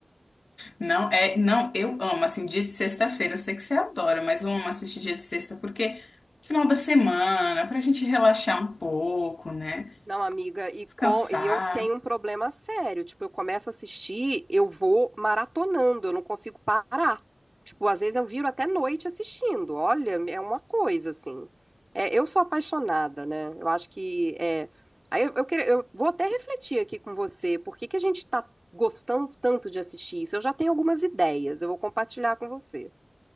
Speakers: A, on the left; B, on the right.
A: Não, é, não, eu amo, assim, dia de sexta-feira, eu sei que você adora, mas eu amo assistir dia de sexta porque final da semana, pra gente relaxar um pouco, né?
B: Não, amiga, e,
A: Descansar.
B: com, e eu tenho um problema sério. Tipo, eu começo a assistir, eu vou maratonando, eu não consigo parar. Tipo, às vezes eu viro até noite assistindo. Olha, é uma coisa assim. É, eu sou apaixonada, né? Eu acho que é. Aí eu, eu, queria- eu vou até refletir aqui com você, por que que a gente tá gostando tanto de assistir isso? Eu já tenho algumas ideias, eu vou compartilhar com você.